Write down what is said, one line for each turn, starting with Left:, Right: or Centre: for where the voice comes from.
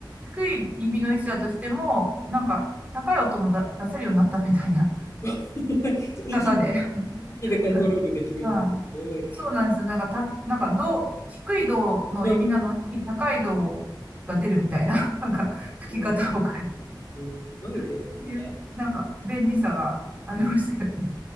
Right: 低い指の位置だとしても、なんか、高い音もだ出せるようになったみたいな
Left: <laughs> じゃ息、
Right: 方で。
Left: 息でコントロールできるんです。
Right: <laughs> うんそうなんですよ。
Left: す
Right: なんか、た、なんか、銅、低い銅の指なのに、
Left: ごい。うん。
Right: 高い銅が出るみたいな、<laughs> なんか、吹き方を変える
Left: ね、すごいですね。
Right: っていう、なんか、便利さがありましたよね。
Left: うん、